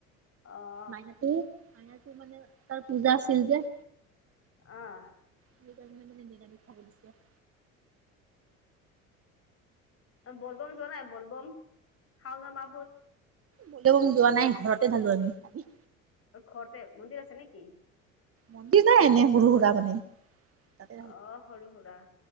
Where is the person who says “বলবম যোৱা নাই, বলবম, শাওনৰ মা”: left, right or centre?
Left